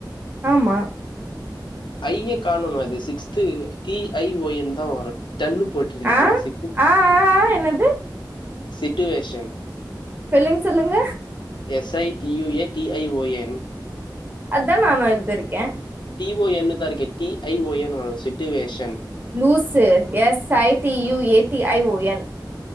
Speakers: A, on the right (about 25°); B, on the left (about 80°).
A: ஆமா
B: ஐய காணும அது sixth T I O N தா வரு டன்னு போட்டிருக்கீங்க
A: ஆ
B: சி
A: ஆ ஆ ஆ, என்னது
B: சிட்டுவேஷன்
A: ஃபெல்லிங் சொல்லுங்க
B: S I T U A T I O A
A: அதா நானு எழ்திர்க்கே
B: டி ஓ என் னுதா இருக்கே T I O N situation
A: லூசு S I T U A T I O N